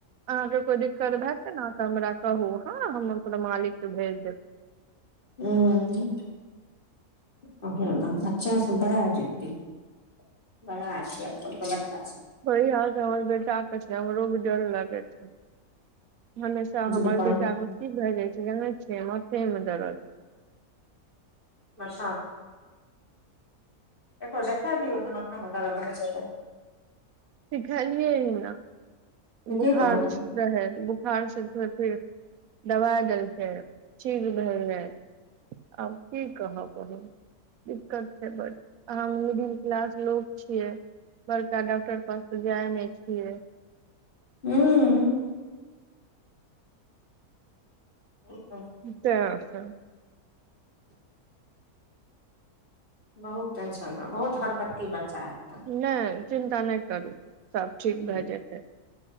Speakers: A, on the right; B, on the left.
A: अहाँके कोइ दिक्कत भएतै ने तऽ हमरा कहू हँ हम अपरा मालिकके भेज देब
B: हू भ्षण सपराा दी <inaudible> <inaudible> बड़ा आ छै त बच्चा
A: वहि हाल त हमर बेटााके छै हमरो भी डर लागे छै हमेशा
B: जिद्दपन
A: हमर बेटाके की भए जाइ छै जानै छियै माथेमे दरद
B: मद एो देखा दियऔ को मखमे दर भेलै
A: सिखलियै न
B: से की
A: बोखार
B: कहलकै
A: रहै बोखारसँ फेर दबाइ देलखै ठीीक भेले आब की कहबब दिक्कत छै ब अह मिडिल क्लास लोग छियै बड़का डॉक्टर प त जाय ने छियै
B: हूँ र <inaudible> <inaudible>
A: त <inaudible>
B: बहुत टेंशन ह बहुत हरकत्ती बच्चा ह
A: नहि चिन्ता नहि करू सब ठीक
B: के
A: भए जेतै